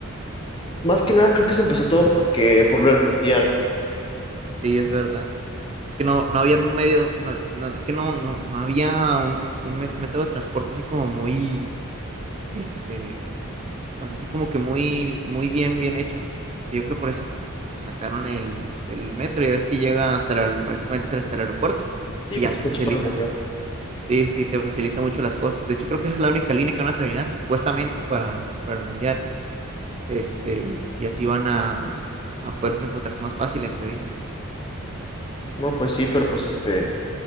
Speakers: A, on the left; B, on the right.
A: más que nada creo que se empezó todo porque por lo del mundial.
B: Sí, es verdad. Es que no, no había un medio, no, es, no, es que no, no, no había un, un mé- método de transporte así como muy, este, O sea, así como que muy, muy bien, bien hecho. Este, yo creo por eso pues, sacaron el, el metro. Ya ves que llega hasta la- prácticamente hasta, hasta el aeropuerto
A: Sí,
B: y
A: porque
B: ya te
A: está
B: facilita.
A: hecho para el mundial.
B: Sí, sí, sí, te facilita mucho las cosas. De hecho, creo que esa es la única línea que van a terminar, supuestamente, para, para el mundial. Este, y así van a, a poder transportarse más fácil, en teoría.
A: No, pues sí, pero pues este,